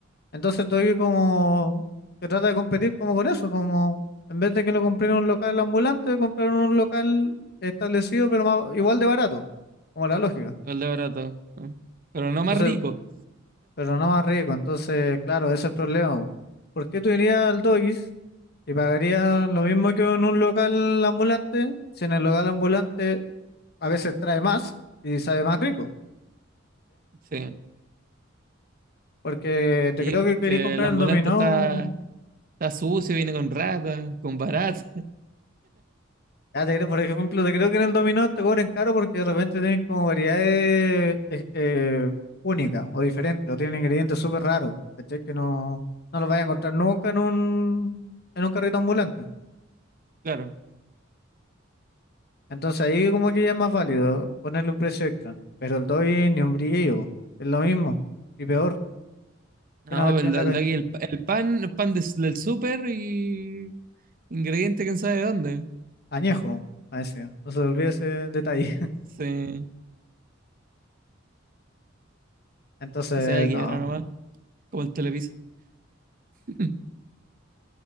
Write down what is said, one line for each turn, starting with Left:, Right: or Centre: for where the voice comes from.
Left: Entonces tú como que trata de competir como con eso, como en vez de que lo compré en un local ambulante, comprar en un local establecido pero más- igual de barato, como la lógica.
Right: el de barato. ¿no? Pero no
Left: Entonces,
Right: más rico.
Left: pero no más rico. Entonces, claro, ese es el problema. po. ¿Por qué tú irías al Doggies y pagarías lo mismo que en un local ambulante si en el local ambulante a veces trae más y sabe más rico?
Right: Sí,
Left: Porque te
Right: Sí,
Left: creo
Right: porque
Left: que quería comprar
Right: el ambulante
Left: el dominó.
Right: está, está sucio, viene con ratas, con baratas.
Left: Ya te creo, por ejemplo, te creo que en el dominó te cobran caro porque de repente tienen como variedades eh, eh, únicas o diferentes, o tienen ingredientes súper raros, ¿cachai? Que no, no los vas a encontrar nunca en un, en un carrito ambulante.
Right: Claro.
Left: Entonces ahí como que ya es más válido ponerle un precio extra. Pero el doy ni un brillo, po. es lo mismo. Y peor,
Right: No,
Left: tiene una cuestión
Right: pues el,
Left: en
Right: el
Left: la calle.
Right: de aquí, el, pa- el pan, el pan des- del súper y ingrediente quién sabe de dónde.
Left: Añejo, a ese, no se olvide ese detalle.
Right: Sí,
Left: <laughs> Entonces,
Right: que se vaya a quiebra
Left: no,
Right: nomás, como el Telepizza. <laughs>